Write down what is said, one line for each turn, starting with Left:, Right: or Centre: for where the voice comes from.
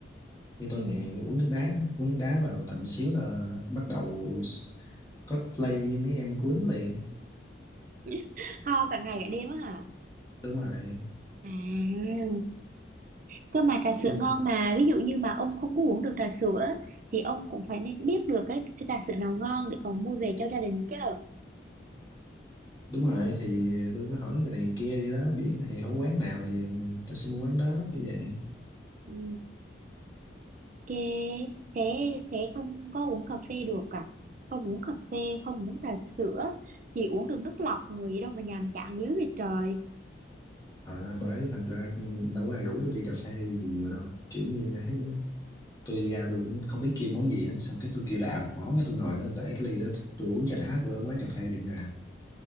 Left: như tôi
Right: ừ
Left: nè uống nước đá uống nước đá vào tầm xíu là bắt đầu có lây mấy em cuốn liền
Right: <laughs> ho cả ngày cả đêm á hả
Left: đúng rồi
Right: à cơ mà trà sữa
Left: kiểu
Right: ngon mà ví dụ như mà ông không có uống được trà sữa á, thì ông cũng phải nên biết được cái cái trà sữa nào ngon để còn mua về cho gia đình chứ
Left: đúng rồi thì tôi có hỏi người này người kia đi đó biết thì hổ quán nào thì ta sẽ mua quán đó như vậy
Right: ừ ok thế thế không có uống cà phê được à không uống cà phê không uống trà sữa chỉ uống được nước lọc người gì đâu mà nhàm chán dữ vậy trời
Left: à, bởi thành ra đâu có ai rủ tôi đi cà phê gì nhiều đâu kiểu như thấy tôi đi ra tôi cũng không biết kêu món gì á xong cái tôi kêu đại một món cái tôi ngồi đó để cái ly đó tôi uống trà đá của quán cà phê đệm ra